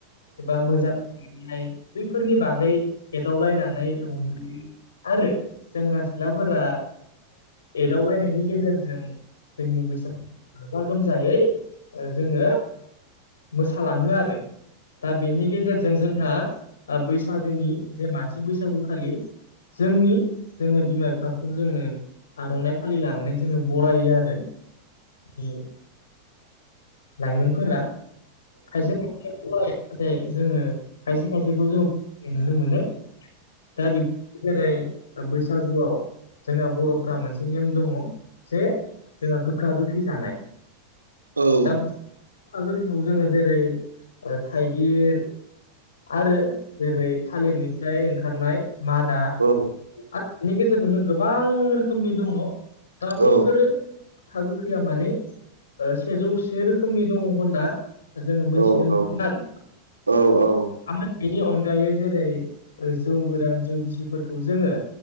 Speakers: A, on the left (about 65°); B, on the right (about 80°).
A: एबा मोजां मोननाय बैफोरनि बागै एदावलायनानै रंजायो आरो सेंग्रा सिख्लाफोरा एदावलायनायनि गेजेरजों जोंनि बैसागु गाजा गोमजायै ओ जोङो मोसालाङो आरो। दा बेनि गेजेरजों जोंहा ओ बैसागोनि जे मानसि बैसागु खालि जोंनि जोङो बिमा बिफाखौ जोङो आर'नाय फालि लानानै जोङो बरायो आरो। ओ लायमोनफोरा खायसे खायसे फन रालायबाथाय जोङो खायसे खायसेखौ जोङो नुनो मोनो। दा जेरै बैसागुआव जोंहा बर'फोरा मोनसे नेम दङ जे जोंहा गोखा गोखै जानाय।
B: औ।
A: दा <unintelligible> जेरै थाइगिर आरो जेरै थालिरनिफ्राय ओंखारनाय। मादा आरो
B: औ औ
A: बिनि गेजेरजोंनो गोबां रोखोमनि दङ'। दा
B: औ
A: बैफोरो हागो खैया माने ओ सेजौ से रोखोमनि दङ' होनना जोङो
B: औ
A: मोनथिनो मोनोमोन।
B: औ औ।
A: आरो बेनि अनगायै जेरै जौ गोरान। जौ गिसिफोरखौ जोङो